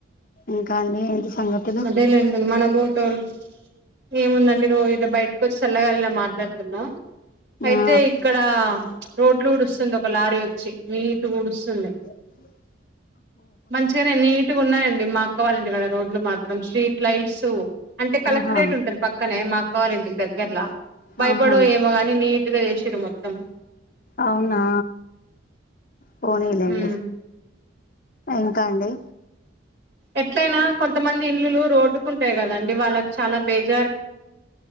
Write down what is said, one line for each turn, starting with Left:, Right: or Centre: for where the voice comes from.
Left: ఇంకా అండి సంగతులు
Right: అదే లేండి మనం బోటోలు ఏముందండి రోజు ఇట్లాబయటకు వచ్చి చల్లగాలిలా మాట్లాడుతున్నా అయితే
Left: ఆ
Right: ఇక్కడ రోడ్లు ఊడుస్తుంది ఒక లారీ వచ్చి నీటుగ ఊడుస్తుంది
Left: అ
Right: మంచిగానే నీట్గా ఉన్నాయండి మా అక్క వాళ్ళింటి దగ్గర రోడ్లు మాకు స్ట్రీట్ లైట్స్ అంటే కలెక్టరేట్
Left: ఆహా
Right: ఉంటది పక్కనే మా అక్క వాళ్ళింటికి దగ్గరలా భయపడో
Left: ఆహా
Right: ఏమో గాని నీట్గా చేసిరు మొత్తం
Left: అవునా పోనీలేండి
Right: హ్మ్
Left: ఇంకా అండి
Right: ఎట్లయినా కొంతమంది ఇల్లులు రోడ్డుకు ఉంటాయి కదండి వాళ్ళకి చాలా బేస్